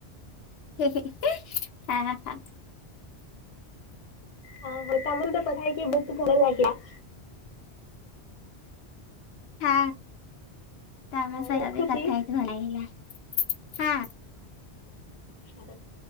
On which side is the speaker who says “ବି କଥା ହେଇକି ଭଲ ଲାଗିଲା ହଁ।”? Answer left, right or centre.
Left